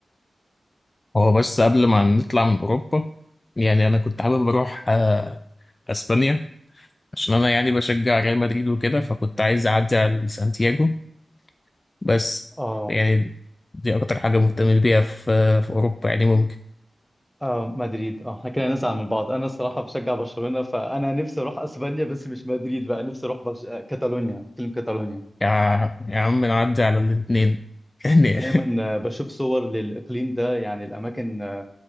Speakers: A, on the left; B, in the centre.
A: هو بس قبل ما نطلع من اوروبا يعني انا كنت حابب اروح آه، اسبانيا عشان انا يعني بشجع ريال مدريد وكده فكنت عايز اعدي على سانتياغو بس
B: اه
A: يعني دي اكتر حاجة مهتم بيها في آه، في اوروبا يعني ممكن
B: اه مدريد اه احنا كده نزعل من بعض انا الصراحه بشجع برشلونه فانا نفسي اروح اسبانيا بس مش مدريد بقى نفسي اروح برش... آه، كاتالونيا فيلم كاتالونيا
A: يا يا عم نعدي على الاتنين يعني
B: دايما بشوف صور للإقليم ده يعني الأماكن